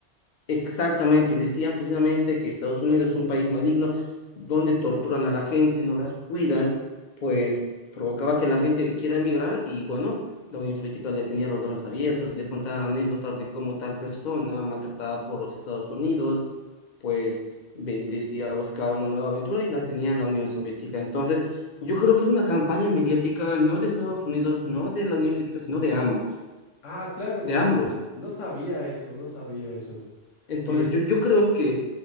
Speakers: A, on the left; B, on the left.
A: Exactamente, decían precisamente que Estados Unidos es un país maligno donde torturan a la gente, no las cuidan, pues provocaba que la gente quiera emigrar y bueno, la Unión Soviética le tenía los brazos abiertos y le contaban anécdotas de cómo tal persona maltratada por los Estados Unidos, pues ve- decía buscar una nueva aventura y la tenía en la Unión Soviética. Entonces, yo creo que es una campaña mediática no de Estados Unidos, no de la Unión Soviética, sino de ambos,
B: Ah, claro,
A: de
B: no,
A: ambos.
B: no sabía eso, no sabía eso.
A: Entonces,
B: que
A: yo, yo creo que